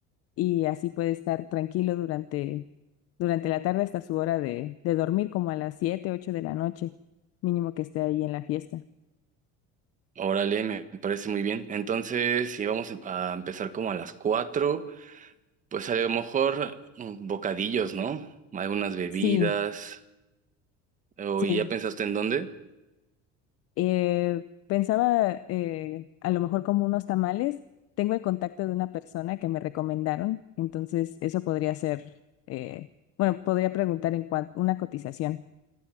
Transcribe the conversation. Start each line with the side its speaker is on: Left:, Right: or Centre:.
Left: y así puede estar tranquilo durante, durante la tarde hasta su hora de, de dormir, como a las 7 8 de la noche, mínimo que esté ahí en la fiesta.
Right: Órale, me me parece muy bien, entonces si vamos a empezar como a las 4 pues a lo mejor mm, bocadillos, ¿no? Algunas bebidas,
Left: Sí,
Right: ¿o
Left: sí,
Right: ¿y ya pensaste en dónde?
Left: Eh, pensaba eh, a lo mejor como unos tamales. Tengo el contacto de una persona que me recomendaron, entonces eso podría ser, eh, bueno, podría preguntar en cuanto una cotización.